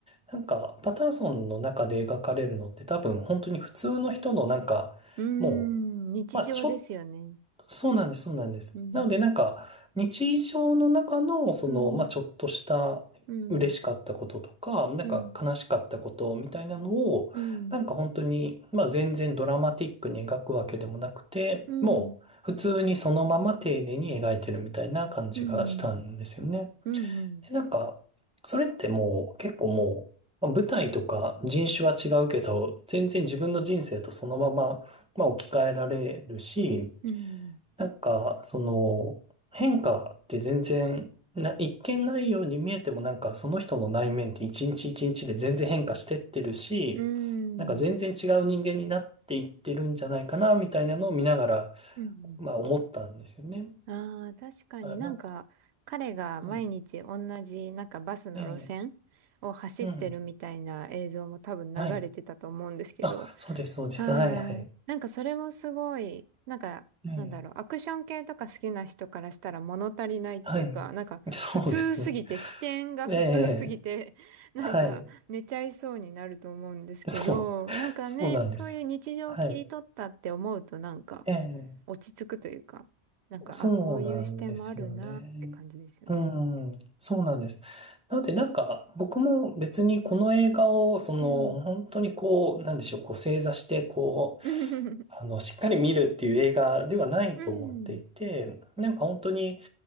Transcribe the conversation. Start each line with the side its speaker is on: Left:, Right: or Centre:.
Centre: なんか、パターソンの中で描かれるのって多分、本当に普通の人のなんか、
Right: うん。
Centre: もう、
Right: 日常ですよね。
Centre: まあ、ちょっそうなんです、そうなんです。
Right: うん。
Centre: なので、なんか、日常の中の、その、
Right: うん。
Centre: まあ、ちょっとした嬉しかったこととか、
Right: うん。
Centre: なんか悲しかったことみたいなのを、
Right: うん。うん。
Centre: なんか本当に、まあ、全然ドラマティックに描くわけでもなくて、
Right: うん。
Centre: もう、普通にそのまま丁寧に描いてるみたいな感じがしたんですよね。
Right: うん。うん。うん。
Centre: で、なんか、それってもう、結構もう、まあ舞台とか人種は違うけど、全然自分の人生とそのまま、まあ、置き換えられるし、
Right: うん。
Centre: なんか、その、変化って全然、な、一見ないように見えてもなんかその人の内面って一日一日で全然変化してってるし、
Right: うん。
Centre: なんか全然違う人間になっていってるんじゃないかな、みたいなのを見ながら、
Right: うん。
Centre: まあ思ったんですよね。だ
Right: ああ、確かになんか彼が毎日同じなんかバスの路線を走ってるみたいな映像も多分流れてたと思うんですけど、
Centre: からなんか、はい。ねえ、うん。はい。あ、そうです、そうです。
Right: はい。
Centre: はい、はい。
Right: なんかそれもすごい、なんか、
Centre: ね
Right: なんだろう、アクション系とか好きな人からしたら物足りないっていうか、
Centre: え、はい。
Right: なんか普通すぎて、
Centre: そうですね。
Right: 視点が
Centre: ええ、
Right: <laughs> 普通すぎて、なんか寝ちゃいそうになると思うんですけど、
Centre: はい。そう、
Right: なんかね、
Centre: そうなんですよ。
Right: そういう日常を切り取ったって思うとなんか、
Centre: はい。ええ
Right: 落ち着くというか、なんか、
Centre: そうなんですよね。
Right: あ、こういう視点もあるなって感じですよね。
Centre: うん、そうなんです。なので、なんか、僕も別にこの映画を、その、
Right: うん。
Centre: 本当にこう、なんでしょう、こう、正座して、こう、
Right: うん。
Centre: あの、しっかり見るっていう映画ではないと思っていて、
Right: うん。
Centre: なんか本当に、